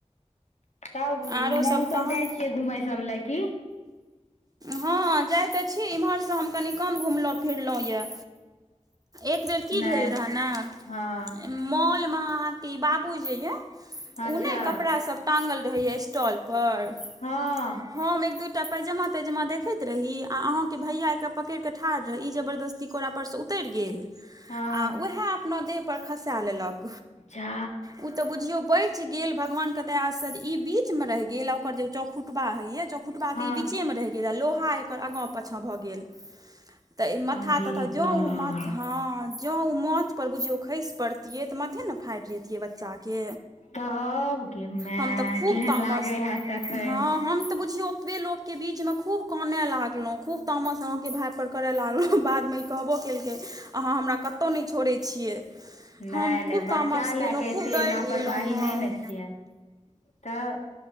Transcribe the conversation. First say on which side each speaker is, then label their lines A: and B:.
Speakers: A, on the left (about 70°); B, on the right (about 30°).
A: तब
B: आरो
A: मॉल
B: सभ
A: सब
B: तहन
A: जाइ छियै। घूमय सब लए की?
B: हँ जाइत तऽ छी। इम्हरसँ हम कनि कम घुमलहुँ फिरलहुँ यए। एक बेेर की
A: नहि
B: भेल रह ने।
A: हँ
B: मॉलमे अहाँके ई बाबू जे यए। ओ
A: अच्छा
B: नहि कपड़ासभ ट गल रहैए। स्टॉल पर?
A: हँ
B: हम एक दूटा पैजामा तैजामा देखैत रही। आ अहं के भैया के पकड़ के ठाढ़ रही इ जबरदस्त। कोोड़ परसँ उतरि गेल।
A: हँ
B: आ उएह अपना देह पर खसा लेलक।
A: जा
B: ओ तऽ बुझियौ बच गेल। भगवान के दया ई बीच मे रहि गेल। ओकर जे चौखुटबा हे य चौखुटबा
A: हँ
B: के ई बीचे में रहि। <unintelligible>
A: अरे वाह
B: हँ जँं ओ माछ परर बुझियौ। खसि पड़तै। फतियै तऽ मथे ने फाटि जैतियै। बच्चाके
A: तब गे माय
B: हम तऽ खूब
A: केहन
B: तामस
A: लागे हैत तखन
B: हँ हम तऽ बुझियौ। ओतबे लो के बीच में खूब कानय लागलहुं। खूब तामस अहाँके भाय पर करे लागलहुं। बाद मे ई कहबो केल। के अहाँ हमरा कतहु नहि छोड़ै छियै।
A: नहि
B: हम
A: नहि
B: खूब
A: बच्चा
B: तामस
A: लए
B: केलहुँ
A: कऽ एतेक
B: खूब डरि
A: लापरवाही
B: गेलहुँ हम
A: नहि ने छियै। तऽ